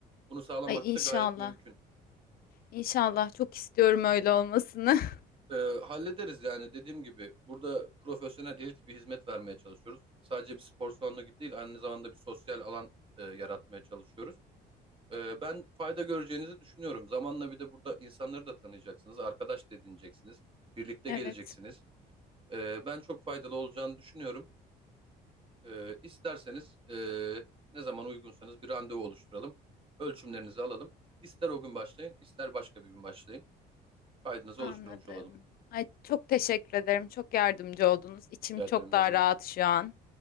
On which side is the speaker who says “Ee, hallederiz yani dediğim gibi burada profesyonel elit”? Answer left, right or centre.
Right